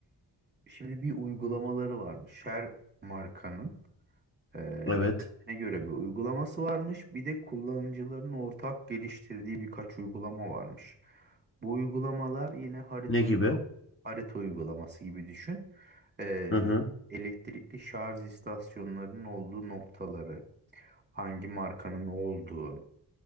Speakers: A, on the right; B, on the left.
A: Şimdi bir uygulamaları varmış. Her markanın e,
B: Evet.
A: kendine göre bir uygulaması varmış. Bir de kullanıcıların ortak geliştirdiği birkaç uygulama varmış. Bu uygulamalar yine harita
B: Ne gibi?
A: uygulama, harita uygulaması gibi düşün. E,
B: Hı hı.
A: elektrikli şarj istasyonlarının olduğu noktaları, hangi markanın olduğu,